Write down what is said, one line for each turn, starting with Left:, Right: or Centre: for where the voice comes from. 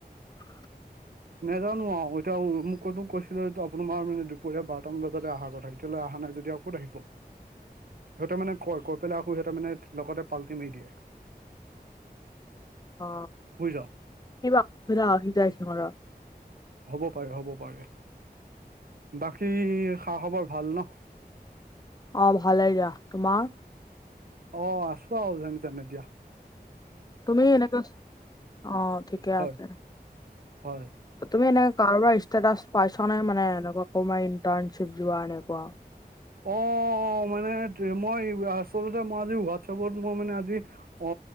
Left: <unintelligible>
Right: নেজানো আও এতিয়া মোক কৰিব কৈছিলে আপোনাৰ মানে দুপৰীয়া বাৰটা মান বজাতে অহাৰ কথা এতিয়া লৈ অহা নাই যদি আও কত আহিব
Left: <unintelligible>
Right: সিহঁতেৰ মানে কয় কৈ পেলাই আকৌ সিহঁতেৰ মানে লগতে পাল্টি মাৰি দিয়ে।
Left: অ
Right: বুজিছ।
Left: <unintelligible>
Right: হ'ব পাৰে হ'ব পাৰে। বাকী খা খবৰ ভাল ন।
Left: অঁ ভালেই দিয়া, তোমাৰ?
Right: অ আছো আও যেন তেনে এতিয়া।
Left: তুমি এনেকা, অঁ ঠিকে
Right: হয়
Left: আছে।
Right: হয়
Left: তুমি এনেকা কাৰোবাৰ ষ্টেটাচ পাইছা নে মানে এনেকুৱা কবাৰ ইণ্টাৰ্ণশ্বিপ যোৱা এনেকুৱা।
Right: অ মানে মই আচলতে মই আজি হোৱাটছএপত মই মানে আজি অ